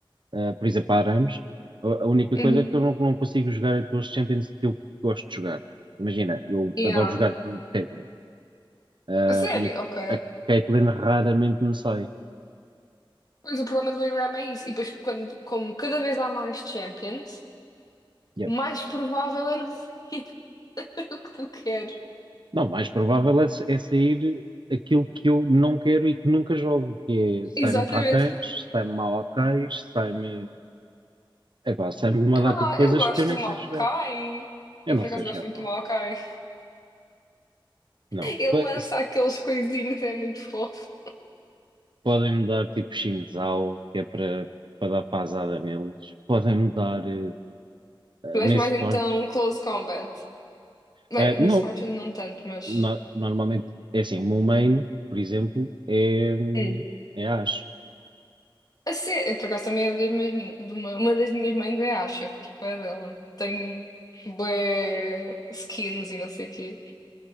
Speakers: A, on the right; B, on the left.
A: ah, por exemplo, a Arames. A, a única
B: Uhum.
A: coisa é que eu não, não consigo jogar aqueles Champions que eu gosto de jogar. Imagina, eu
B: Yeah.
A: adoro jogar de, de Caitlyn. Ah,
B: A sério?
A: e
B: Ok.
A: a, a Caitlyn raramente me sai.
B: Pois o problema do Ingram é isso. E depois, quando, como cada vez há mais champions,
A: Yeah.
B: mais provável é não <laughs> ser o que tu queres.
A: Não, mais provável é, é sair aquilo que eu não quero e que nunca jogo, que é sai-me
B: Exatamente.
A: Rakans, sai-me Maokais, sai-me. Epá, sai-me uma
B: Ah,
A: data de coisas
B: eu gosto
A: que eu nem
B: do
A: sei
B: Maokai.
A: jogar. Eu
B: Eu
A: não
B: por
A: sei
B: acaso gosto
A: jogar
B: muito
A: de Maokai.
B: do Maokai.
A: Não.
B: Ele
A: Po-
B: lança
A: se-
B: aqueles coisinhos, é muito fofo.
A: Podem-me dar tipo Xin Zhao, que é para para dar pasada neles. Podem-me dar eh, eh,
B: Tu
A: Mace
B: és mais
A: Cord.
B: então Close Combat. Bem,
A: Eh,
B: a Miss
A: não.
B: Fortune não tanto, mas.
A: No- normalmente, é assim, o meu main, por exemplo, é, hum,
B: Hum.
A: é Ashe.
B: A ser, eu por acaso também é uma das minhas, min- de uma, uma das minhas mangas, acho. Eu curto bem dela. Tenho bué skins e não sei o quê.